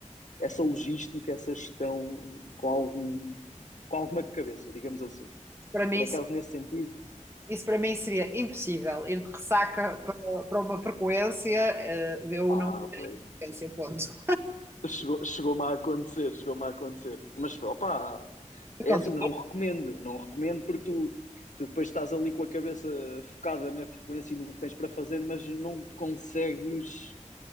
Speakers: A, on the left; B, on the right.
A: essa logística, essa gestão com algum, com alguma cabeça, digamos assim.
B: Isso para mim,
A: Por acaso, nesse sentido,
B: isso para mim seria impossível. Ir de ressaca para, para uma frequência, eh, eu
A: ah,
B: não ia
A: pois,
B: na frequência, ponto.
A: chegou, chegou-me a acontecer, chegou-me a acontecer. Mas, opá,
B: Acontece
A: É assim, não recomendo, não recomendo porque tu, tu depois estás ali com a cabeça focada na frequência e no que tens para fazer, mas não te consegues